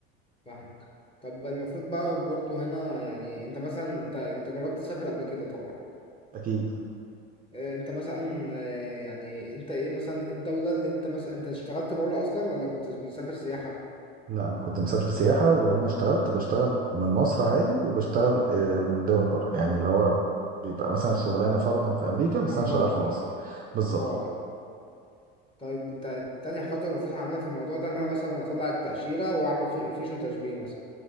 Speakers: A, on the left (about 15°); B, on the right (about 30°).
A: فاهم طب المفروض بقى برضه هنا يعني انت مثلا انت انت جربت تسافر قبل كده طبعا
B: اكيد
A: آه، انت مثلا آه، يعني انت ايه مثلا إيه الدوله اللي انت مثلا انت اشتغلت بره اصلا ولا كنت بتسافر سياحه
B: لا انا كنت مسافر سياحه ولما اشتغلت بشتغل من مصر عادي وبشتغل آه، من دول بره يعني اللي هو بيبقى مثلا شغلانه فرضا في امريكا بس
A: عن
B: انا شغال
A: بعد
B: في
A: يعني
B: مصر بالظبط
A: عن بعد يعني طيب انت تاني خطوة المفروض هعملها في الموضوع ده ان انا مثلا اطلع التأشيرة واعمل في- فيش وتشبيه مثلا